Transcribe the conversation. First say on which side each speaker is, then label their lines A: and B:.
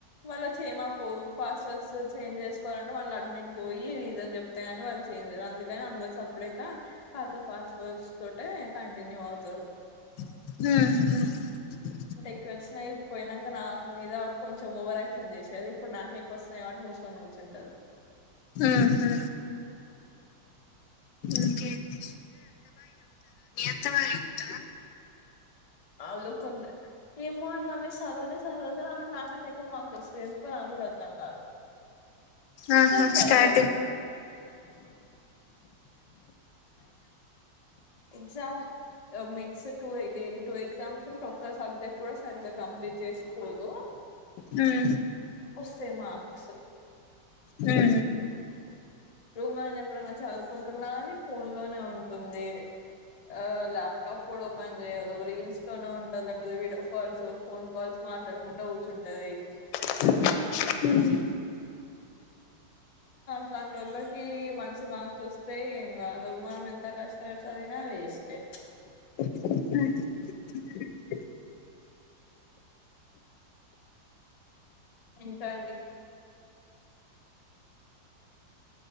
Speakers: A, on the left; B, on the left.
A: వాళ్ళ చేమాకు పాస్వర్డ్స్ చేంజ్ చేసుకోవాలంటే వాళ్ళు అడ్మిన్వ ఈ ప్తని వాళ్ళు చేయించారు అందుకని అందరు సప్పుడక పాత పాత వర్స్ తోటే కంటిన్యూ అవుతారు
B: హు
A: ఇ వచ్చినాయి పోయినాక నాకు మీద కొంచం ఓవర్ క్షన్ చేసేది ఇప్పుడు నాక ఎక్కు వస్తుయి వాట్టి మూసుకొని కూర్చు ఉంటారు
B: ఉహు ఇంకేంది ఉత్తమ త
A: అలు కొ ఈ మో సాధవణ సా నాకంట ఎ మాకు ఇస్తే ఎందుకో నాకు కూడా అర్ద్దాం కాదు అస్సలు
B: ఆహా
A: చదవదు
B: స్టార్ట్ <inaudible>
A: ఎగ్జామ్ మిక్స్ టూ ఇది టూ ఎగ్జామ్స్ ఉంటే ఒక్క సబ్జెక్ట్ కూడా సరిగ్గా కంప్లీట్ చేసుకోదు
B: హూ
A: వస్తేయి మార్క్స్
B: హూ
A: రూమ్ లో నన ఎప్పుడైనా చదువుకుంటున్నా అని ఫోన్ లోనే ఉంటుంది ఆ ల్యాప్టాప్ కూడా ఓపెన్ చేయదు రీల్స్ తోనే ఉంటారు లేకపోతే వీడియో కాల్స్ ఫోన్ కాల్స్ మాట్లాడకుండా కూర్చుంటది
B: హ
A: ఇట్లాంటి వాళ్ళకి మంచి మార్క్స్ వస్తే ఏం కాదు మనం ఎంత కష్టపడిదిన వేస్ ఆ
B: అ
A: ఎంతో అండి